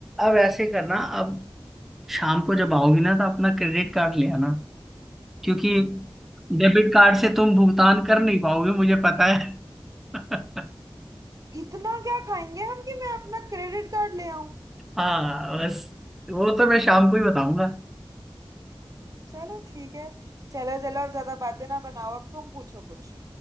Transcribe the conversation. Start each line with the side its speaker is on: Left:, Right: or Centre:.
Centre: अब ऐसे करना अब शाम को जब आओगी ना तो अपना क्रेडिट कार्ड ले आना क्योंकि डेबिट कार्ड से तुम भुगतान कर नहीं पाओगे मुझे पता है <laughs>
Right: इतना क्या खाएंगे हम कि मैं अपना क्रेडिट कार्ड ले आऊं
Centre: हाँ बस वो तो मैं शाम को ही बताऊंगा
Right: चलो ठीक है चलो चलो अब ज्यादा बातें ना बनाओ अब तुम पूछो कुछ